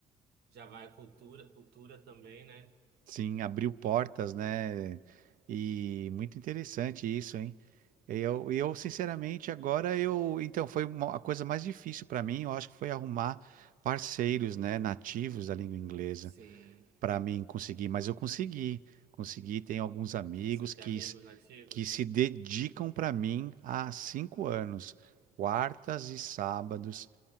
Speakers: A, on the right; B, on the right.
A: já vai a cultura, cultura também, né?
B: Sim, abriu portas, né? E muito interessante isso, hein? Eu, eu sinceramente, agora eu. Então, foi uma, a coisa mais difícil para mim, eu acho que foi arrumar parceiros, né, nativos da língua inglesa,
A: Sim.
B: para mim conseguir. Mas eu consegui, consegui. Tenho alguns amigos
A: Você tem
B: que,
A: amigos
B: s-
A: nativos?
B: que se dedicam para mim há cinco anos, quartas e sábados.